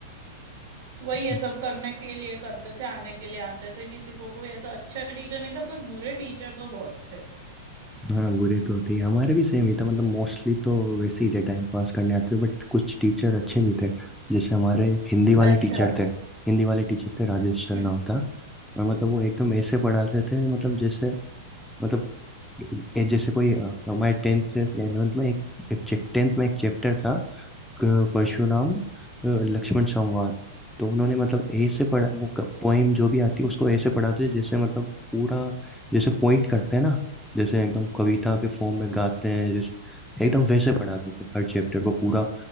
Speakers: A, on the right; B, in the centre.
A: वही है
B: अच्छा।
A: सब करने के लिए करते थे आने के लिए आते थे किसी को कोई ऐसा अच्छा टीचर नहीं था पर बुरे टीचर तो बहुत थे
B: हाँ बुरे तो होते ही हमारे भी सेम ही था मतलब मोस्टली तो वैसे ही थे टाइम पास करने आते थे। बट कुछ टीचर अच्छे भी थे जैसे हमारे हिंदी वाले
A: अच्छा
B: टीचर थे हिंदी वाले टीचर थे राजेश सर
A: हम्म
B: नाम
A: हम्म।
B: था अ, मतलब वो एकदम ऐसे पढ़ाते थे मतलब जैसे मतलब ए- जैसे कोई अ, हमारे टेंथ या 11th में एक टेंथ में एक चैप्टर था क- परशुराम अ, लक्ष्मण संवाद तो उन्होंने मतलब ए से पढ़ा वो पोएम जो भी आती है उसको ए से पढ़ाते थे जैसे मतलब पूरा जैसे पोइट करते हैं ना जैसे एकदम कविता के फॉर्म में गाते हैं जैसे एकदम वैसे पढ़ाते थे हर चैप्टर को पूरा